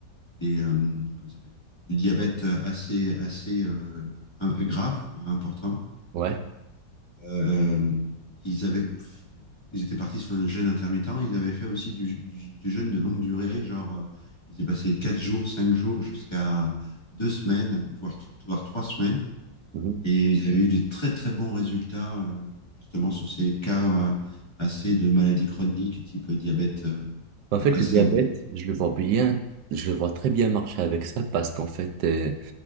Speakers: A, on the left (about 15°); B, on the right (about 80°).
A: des euh, comment ça s'appelle du diabète assez assez euh, un- grave quoi, important
B: ouais.
A: euh, ils avaient, ils étaient partis sur le jeûne intermittent. Ils avaient fait aussi du, du- du jeûne de longue durée, genre euh, ils ont passé 4 jours, 5 jours jusqu'à 2 semaines, voire, voire 3 semaines.
B: Mhm.
A: Et ils avaient eu des très très bons résultats euh, justement sur ces cas euh, assez de maladies chroniques, type diabète euh,
B: En fait,
A: assez
B: le diabète,
A: important.
B: je le vois bien, je le vois très bien marcher avec ça parce qu'en fait, euh,